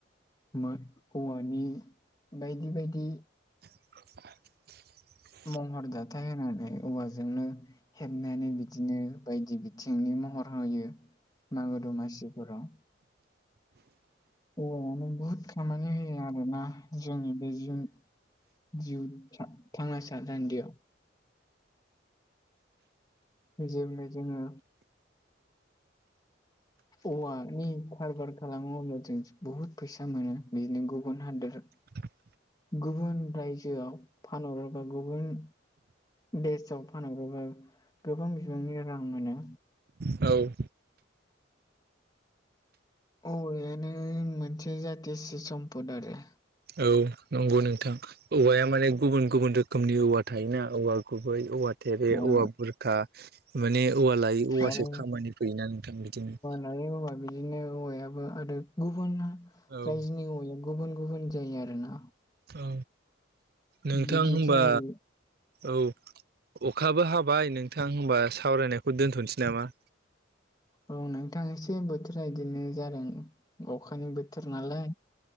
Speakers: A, on the left; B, on the right.
A: <unintelligible> औवानि बायदि बायदि
B: <inaudible>
A: महर जाथाय होनानै औवाजोंनो हेबनानै बिदिनो बायदि बिथिंनि महर होयो मागो दमासिफोराव। औवायानो बुहुद खामानि होयो आरोना जोंनि बेजों जिउ जिउ थांना साथान्दियाव। जेब्लाय जोङो औवानि खारबार खालामो अब्ला जों बुहुद फैसा मोनो बिदिनो गुबुन हादोर
B: <unintelligible>
A: गुबुन रायजोआव पानहरो एबा गुबुन देसाव फानहरोब्ला गोबां बिबांनि रां मोनो।
B: औ।
A: औवानो मोनसे जाथियासि सम्पद आरो।
B: औ नंगौ नोंथां। औवाया माने गुबुन गुबुन रोखोमनि औवा थायोना औवा गुबै औवा थेरे
A: ओ
B: औवा बुरखा माने औवा लायै औवासो
A: आरो
B: खामानि फैयोना नोंथां बिदिनो।
A: <unintelligible> औवा बिदिनो औवायाबो आरो गुबुन
B: औ
A: रायजोनि औवाया गुबुन गुबुन जायो आरोना।
B: औ नोंथां
A: बिदि
B: होनबा
A: जोंनि
B: औ अखाबो हाबाय नोंथां होमबा सावरायनायखौ दोन्थ'नोसै नामा?
A: औ नोंथां एसे बोथोरा बिदिनो जादों अखानि बोथोर नालाय।